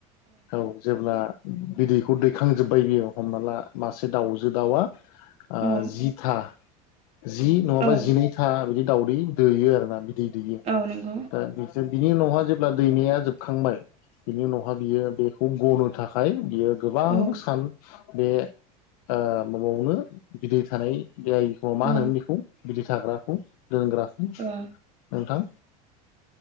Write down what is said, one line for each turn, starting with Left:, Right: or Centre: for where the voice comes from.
Left: औ जेब्ला बिदैखौ दैखांजोब्बाय बियो हमना ला मासे दाउजो दाउआ ओ
Right: औ
Left: जिथा जि नङाबा
Right: औ
Left: जिनैथा बिदि दाउदै दैयो आरो ना बि दै दैयो
Right: औ नंगौ
Left: दा बि जों बिनि उनावहा जेब्ला दैनाया जोबखांबाय बिनि उनावहाय बियो बेखौ गनो थाखाय बियो गोबां
Right: औ
Left: सान बे ओ माबावनो बिदै थानाय बेखौ मा
Right: औ
Left: होनोमोन बेखौ बिदि थाग्राखौ दोनग्राखौ
Right: ओ
Left: नोंथां